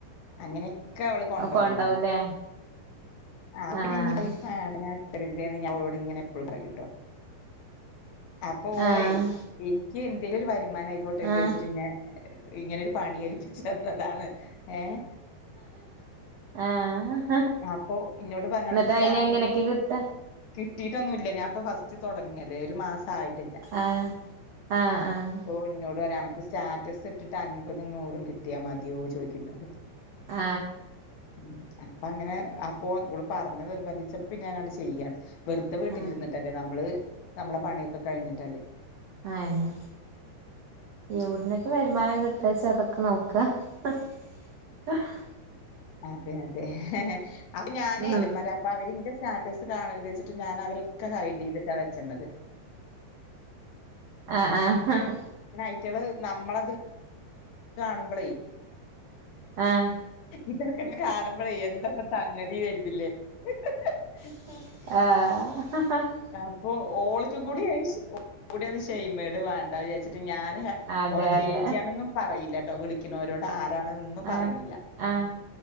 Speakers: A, on the left; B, on the right.
A: അങ്ങനെ ക്കവള് കൊണ്ടോണതാണ്.
B: കൊണ്ടോവുല്ലേ
A: അപ്പ പിന്നെ
B: ആഹ്
A: ഇഞ് പൈസ വേണ്ട ഞാന് തരര്തേ ന്ന് ഞാനോളോട് ഇങ്ങനെ എപ്പളും പറയൂട്ടോ. അപ്പൊ ഓളെ
B: ആഹ്
A: ഇൻക്ക് എന്തെലും ഒരു വരുമാനം ആയിക്കോട്ടെ വിചാരിച്ചിട്ട്
B: ആഹ്
A: ഇങ്ങ ഇങ്ങനെരു പണി ഏൽപ്പിച്ച് തന്നതാണ്. ഏഹ്
B: ആഹ്
A: അപ്പൊ ഇന്നോട് പറഞ്ഞ്
B: എന്നിട്ട്
A: അണക്ക് സ്റ്റാറ്റസ്
B: അയിനെ എങ്ങനെയൊക്കെ
A: കി
B: കിട്ടാ
A: കിട്ടീട്ടൊന്നു ഇല്ല ഞാൻ ഇപ്പൊ ഫസ്റ്റ് തൊടങ്ങല്ലേ. ഒരു മാസ ആയിട്ടില്ല
B: ആഹ് ആഹ്
A: അ
B: ആഹ്
A: ഓ ഇന്നോട് പറയ് അനക് ക്ക് സ്റ്റാറ്റസ് ഇട്ടിട്ട് അൻപതും നൂറും കിട്ടിയാ മതിയോ ചോയ്ക്ക് ഇന്നോട്
B: ആ
A: ഉം അപ്പൊ അങ്ങനെ അപ്പൊ ഓൾ പറഞ് നിർബന്ധിച്ചപ്പോ പിന്നെ ഞാനാണ്ട് ചെയ്യാണ്. വെറുതെ വീട്ടിലിരുന്നിട്ടല്ലേ
B: ആഹ്
A: നമ്മള് നമ്മളെ പണിയൊക്കെ കഴിഞ്ഞിട്ടല്ലേ.
B: അഅന്നെ. യെവിട്ന്നൊക്കെ വരുമാനം കിട്ടാച്ച അതൊക്കെ നോക്ക് ഹ് ഹ്
A: അതെ അതെ ഹെ ഹെ അപ്പ ഞാന്
B: ഉം
A: <unintelligible> അപ്പ അവരിന്റെ സ്റ്റാറ്റസ് ഇപ്പ കാണര്ത് വെച്ചിട്ട് ഞാന് അവരെ ക്കെ ഹൈഡ് യ്തിട്ടാ വെച്ചണത്.
B: ആ ആ ഹ ഹാ
A: അയ്റ്റള് നമ്മളത് കാണുമ്പളേ
B: ആഹ്
A: ഇതൊക്കെ കാണുമ്പളെ എന്താപ്പ സംഗതി കര്ത് ല്ലേ ഹ് ഹ് ഹ്
B: ആഹ
A: അപ്പൊ ഓൾക്കും കൂടി കൂന്ന് ഷെയ്മേട് വേണ്ട വിചാച്ചിട്ട് ഞാന്
B: അതെ
A: ഓള ചേച്ചിയാണന്നും
B: അതെ
A: പറയില്ലട്ടോ വിളിക്കുന്നോരോട് ആ <unintelligible> പറയുന്നില്ല
B: ആഹ് ആഹ്